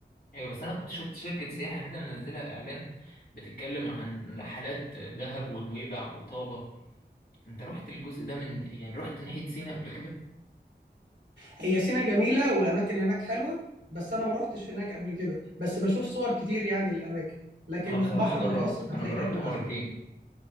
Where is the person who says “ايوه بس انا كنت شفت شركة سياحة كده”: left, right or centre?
Left